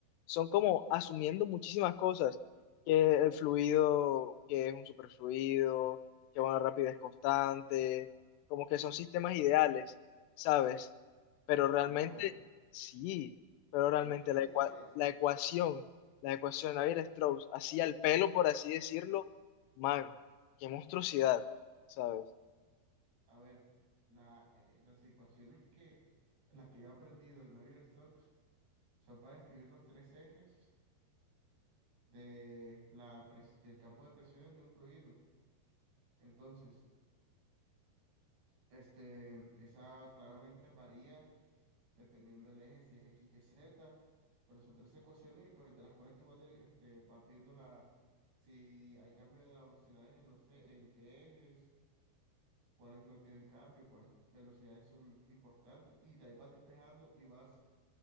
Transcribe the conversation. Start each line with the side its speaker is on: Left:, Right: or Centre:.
Left: son como asumiendo muchísimas cosas, que el fluido, que es un superfluido, que una rapidez constante, como que son sistemas ideales, ¿sabes? Pero realmente,
Right: no,
Left: sí, pero realmente
Right: no son ideales.
Left: la, ecua- la ecuación, la ecuación de Navier-Strauss, así al pelo, por así decirlo, man, qué monstruosidad, ¿sabes?
Right: A ver, la, eh, las ecuaciones que, las que yo he aprendido de Navier-Stokes son para describir los tres ejes de la pres- del campo de presiones de un fluido. Entonces, este, esa claramente varía dependiendo del eje, si es X, Y, Z, pero son tres ecuaciones y pues de las cuales tú vas, deri- este, vas viendo la, si hay cambio de la velocidad en, no sé en qué ejes, cuáles no tienen cambio, cuáles velocidades son importantes y de ahí vas despejando y vas,